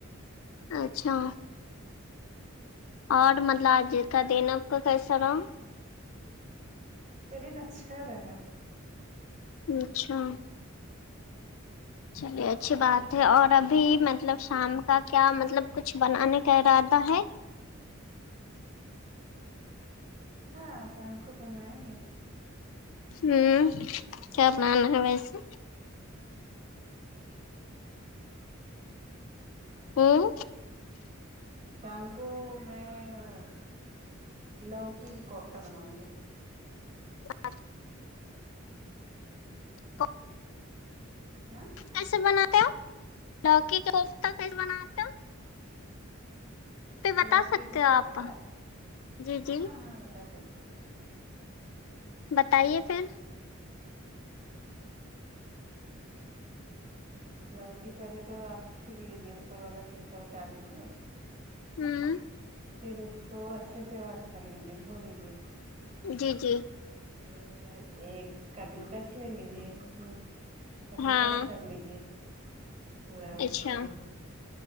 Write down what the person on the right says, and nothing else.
آج کے دن اچھا رہا
ہاں سام کو بنائیں گے
شام کو میں وہ لوکی کے کوفتہ بناؤں گی
ہاں
لوکی
کا کوفتہ
ہاں ہاں بتا سکتی ہوں
لوکی پہلے تو آپ چھیل لیجیے اوپر والا چھیلکا اتار لیجیے
پھر اس کو اچھے سے واش کر لیجے دھو لیجیے
پھر ایک کدڈو کس لے لیجیے اس میں کددو
کس کر لیجیے پورا اس
کو